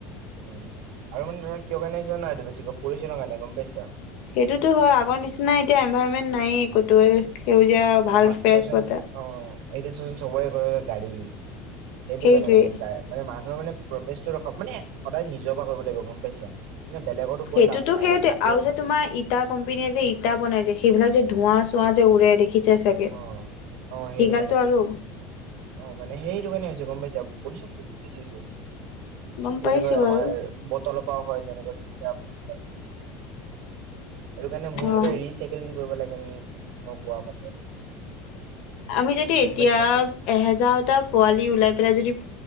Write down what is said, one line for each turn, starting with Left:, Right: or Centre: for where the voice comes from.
Right: উম, আৰু মানে ধৰা কিয় কাৰণে হৈছে যানা এইটো বেছিকৈ পলিউচনৰ কাৰণে গম পাইছা।
Left: সেইটোতো হয় আগৰ নিচিনা এতিয়া এনভাৰনমেন্ট নায়ে। কটোইয়ে সেউজীয়া
Right: অ
Left: ভাল ফ্ৰেছ
Right: চোৱাচোন
Left: বতাহ।
Right: অ এতিয়া চোৱাচোন চবৰে ঘৰে-ঘৰে গাড়ী। সেইটো
Left: সেইটোৱে
Right: কাৰণে মানে <unintelligible> মানে মান নহয় মানে প্ৰতেচটো ৰখাব মানে সদায় নিজৰ পৰা কৰিব লাগিব গম পাইছা। মানে বেলেগতো কৈ
Left: সেইটোতো
Right: লাভ নাই
Left: সেইটোয়ে
Right: আকৌ নিজে
Left: আৰু যে তোমাৰ ইটা কোম্পনীয়ে যে ইটা বনাই যে সেইবিলাক যে ধোৱা চোৱা যে উৰে দেখিছে চাগে
Right: অ', অ' সেইটো
Left: সিগালটো
Right: কাৰণে
Left: আৰু
Right: অ' মানে সেইটো কাৰণে হৈছে গম পাইছা পুলিচা বহুত বেছি হৈছে।
Left: গম
Right: যেনেকৈ
Left: পাইছো বাৰু
Right: আমাৰ বটল কোৱা হয় যেনেকুৱা <unintelligible> সেইটো কাৰণে মোৰ
Left: অ'।
Right: মতে ৰিচাইকেলিং কৰিব লাগে নি <unintelligible> মই কোৱা মতে।
Left: আমি যদি
Right: গম
Left: এতিয়া
Right: পাইছা।
Left: এহেজাৰটা পোৱালি ওলাই পেলাই যদি